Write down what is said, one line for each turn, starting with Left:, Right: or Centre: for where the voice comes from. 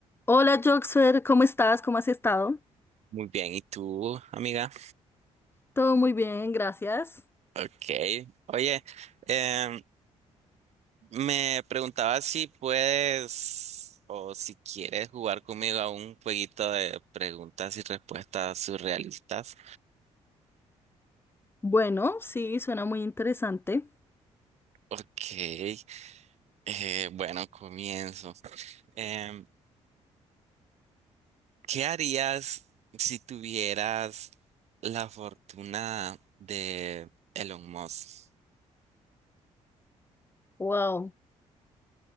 Left: Hola Joxfer, ¿cómo estás? ¿Cómo has estado?
Right: Muy bien, ¿y tú, amiga?
Left: Todo muy bien, gracias.
Right: Ok. Oye, em, me preguntaba si puedes o si quieres jugar conmigo a un jueguito de preguntas y respuestas surrealistas.
Left: Bueno, sí, suena muy interesante.
Right: Ok. Eh, bueno, comienzo. Em, ¿qué harías si tuvieras la fortuna de Elon Musk?
Left: Wow.